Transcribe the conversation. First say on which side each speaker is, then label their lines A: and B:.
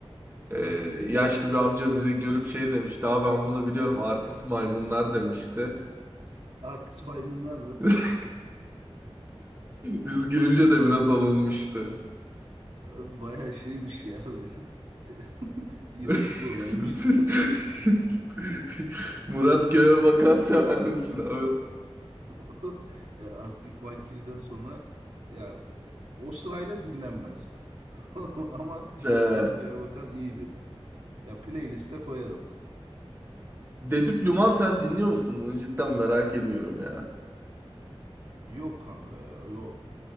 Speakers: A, on the right; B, on the right.
A: E,
B: Hı hı.
A: yaşlı bir amca bizi görüp şey demişti. Abi ben bunu biliyorum artist maymunlar demişti.
B: Artist maymunlar mı?
A: <laughs> Biz girince de biraz alınmıştı.
B: <laughs> Bayağı şeymiş ya böyle. <laughs> İronik
A: <laughs>
B: bir olaymış. <laughs>
A: Murat Göğe bakan sever misin abi?
B: <laughs> Ya Arctic Monkeys'den sonra ya o sırayla dinlenmez. <laughs> Ama
A: He.
B: Murat Göğebakan iyidir. Ya playlist'e koyarım.
A: Dedüp Luman sen dinliyor musun? Bunu cidden merak ediyorum ya.
B: Yok kanka ya. Yok.